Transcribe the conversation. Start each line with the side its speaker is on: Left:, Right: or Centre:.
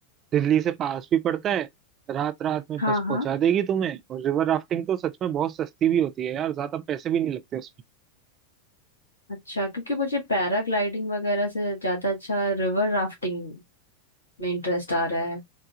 Right: दिल्ली से पास भी पड़ता है रात रात में
Left: हाँ
Right: बस
Left: हाँ
Right: पहुंचा देगी तुम्हें और रिवर राफ्टिंग तो सच में बहुत सस्ती भी होती है यार ज्यादा पैसे भी नहीं लगते उसमें
Left: अच्छा क्योंकि मुझे पैराग्लाइडिंग वगैरह से ज्यादा अच्छा रिवर राफ्टिंग में इंटरेस्ट आ रहा है